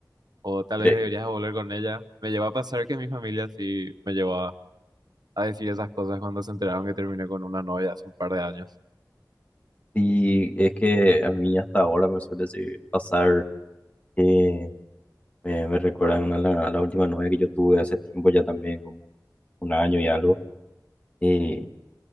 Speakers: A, on the right; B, on the left.
A: o tal
B: Cre-
A: vez deberías volver con ella. Me llevó a pasar que mi familia sí me llevó a, a decir esas cosas cuando se enteraron que terminé con una novia hace un par de años.
B: Y es que a mí hasta ahora me suele se- pasar que me, me recuerdan a la, a la última novia que yo tuve hace tiempo ya también, como un año y algo Y